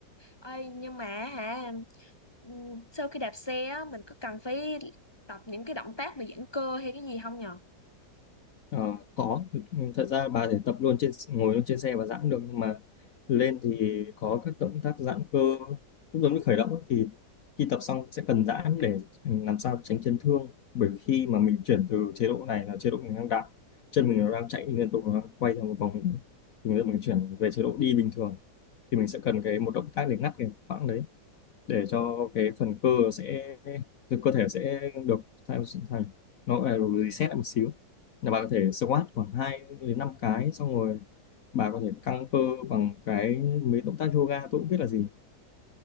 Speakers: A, on the left; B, on the left.
A: Ê, nhưng mà hả, ừ, sau khi đạp xe á, mình có cần phải tập những cái động tác mà giãn cơ hay cái gì không nhờ?
B: Ờ, có thật ra bà thể tập luôn trên ngồi luôn trên xe và giãn được nhưng mà lên thì có các động tác giãn cơ cũng giống như khởi động ấy, thì khi tập xong sẽ cần giãn để làm sao tránh chấn thương bởi khi mà mình chuyển từ chế độ này là chế độ mình đang đạp chân mình nó đang chạy liên tục nó đang quay theo một vòng thì bây giờ mình chuyển về chế độ đi bình thường thì mình sẽ cần cái một động tác để ngắt cái khoảng đấy để cho cái phần cơ sẽ từ cơ thể sẽ được sao thành nó phải được reset lại một xíu là bà có thể squat khoảng 2 đến 5 cái xong rồi bà có thể căng cơ bằng cái mấy động tác yoga tôi cũng biết là gì